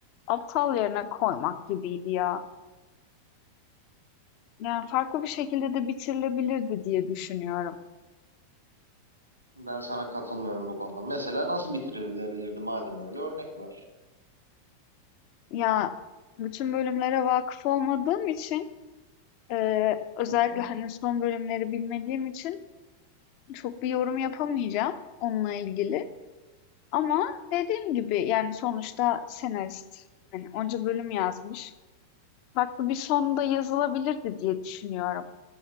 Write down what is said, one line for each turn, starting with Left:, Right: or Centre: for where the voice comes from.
Left: aptal yerine koymak gibiydi ya. Yani farklı bir şekilde de bitirilebilirdi diye düşünüyorum.
Right: Ben sana katılmıyorum bu konuda. Mesela nasıl bitirilebilirdi madem öyle örnek var.
Left: Ya bütün bölümlere vakıf olmadığım için Eee, özellikle
Right: Hı hı.
Left: hani son bölümleri bilmediğim için çok bir yorum yapamayacağım onunla ilgili. Ama dediğim gibi yani sonuçta senarist hani onca bölüm yazmış. Farklı bir sonda yazılabilirdi diye düşünüyorum.